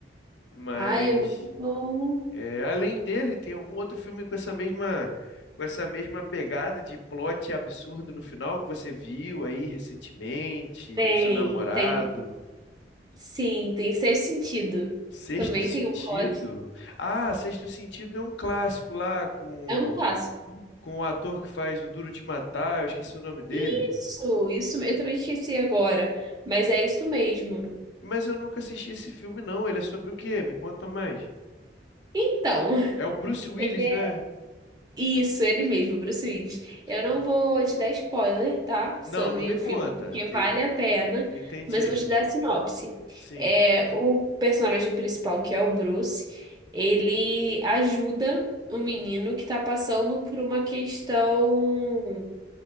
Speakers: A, on the left; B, on the right.
A: Mas
B: Ai, é muito bom.
A: É, além dele, tem algum outro filme com essa mesma com essa mesma pegada de plot absurdo no final que você viu aí recentemente
B: Tem,
A: com seu namorado?
B: tem Sim, tem Ser Sentido.
A: Sexto
B: Também
A: Sentido.
B: tem o plot.
A: Ah, Sexto Sentido é um clássico lá com
B: É um clássico.
A: o, com o ator que faz o Duro de Matar, eu esqueci o nome dele.
B: Isso, isso, eu também esqueci agora, mas é isso mesmo.
A: Mas eu nunca assisti esse filme, não. Ele é sobre o quê? Me conta mais.
B: Então, <laughs>
A: É o Bruce Willis,
B: ele é
A: né?
B: isso, ele mesmo, Bruce Willis.
A: Sim.
B: Eu não vou te dar spoiler, tá?
A: Não,
B: Sobre
A: não me
B: o
A: conta.
B: filme, porque vale
A: E-
B: a pena,
A: Entendi.
B: mas eu vou te dar a sinopse.
A: Sim,
B: É, o personagem principal, que é o Bruce, ele ajuda o menino que tá passando por uma questão